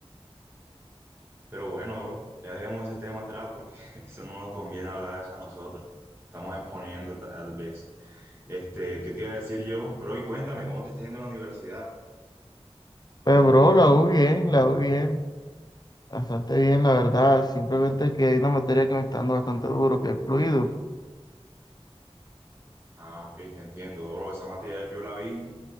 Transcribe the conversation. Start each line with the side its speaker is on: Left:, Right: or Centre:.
Right: Pero bueno, bro, ya dejemos ese tema atrás porque <laughs> eso no nos conviene hablar de eso a nosotros. Estamos exponiendo tal vez. Este, ¿qué te iba a decir yo? Bro, y cuéntame, ¿cómo te está yendo en la universidad?
Left: Pero, bro, la U bien, la U bien, bastante bien, la verdad. Simplemente que hay una materia que me está dando bastante duro, que es fluido.
Right: Ah, ok, te entiendo, bro. Esa materia yo la vi